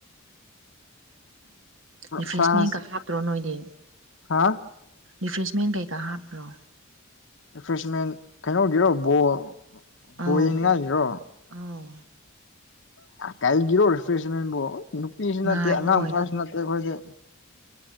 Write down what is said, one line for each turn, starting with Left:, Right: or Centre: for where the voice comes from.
Right: ꯔꯤꯐ꯭ꯔꯦꯁꯃꯦꯟꯒ
Left: ꯐ꯭ꯔꯥꯟꯁ
Right: ꯍꯥꯞꯇ꯭ꯔꯣ ꯅꯣꯏꯗꯤ
Left: ꯍꯥ
Right: ꯔꯤꯐ꯭ꯔꯦꯁꯃꯦꯟ ꯀꯩꯀꯥ ꯍꯥꯞꯇꯔꯣ
Left: ꯔꯤꯐ꯭ꯔꯦꯁꯃꯦꯟ ꯀꯩꯅꯣꯒꯤꯔꯣ ꯕꯣꯜ
Right: ꯑꯧ
Left: ꯕꯣꯜ ꯌꯦꯡꯅꯤꯉꯥꯏꯒꯤꯔꯣ
Right: ꯑꯧ
Left: ꯀꯩꯒꯤꯔꯣ ꯔꯤꯐ꯭ꯔꯦꯁꯃꯦꯟꯕꯣ ꯅꯨꯄꯤꯁꯨ ꯅꯠꯇꯦ
Right: ꯉꯥꯏꯕ
Left: ꯑꯉꯥꯡ
Right: ꯑꯣꯏꯅ
Left: ꯃꯆꯥꯁꯨ ꯅꯠꯇꯦ ꯑꯩꯈꯣꯏꯗꯤ